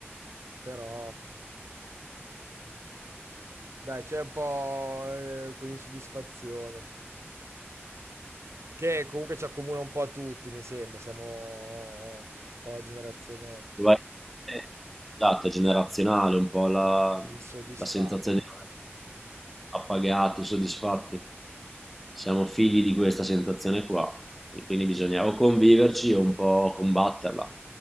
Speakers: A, on the right (about 85°); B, in the centre.
A: però dai, c'è un po' eh, quell'insoddisfazione. Che comunque ci accomuna un po' a tutti, mi sembra. Siamo un po' una generazione
B: Probabilmente, Esatto, è generazionale un po' la,
A: di insoddisfatti.
B: la sensazione di non appagati, soddisfatti. Siamo figli di questa sensazione qua, e quindi bisogna o conviverci o un po' combatterla.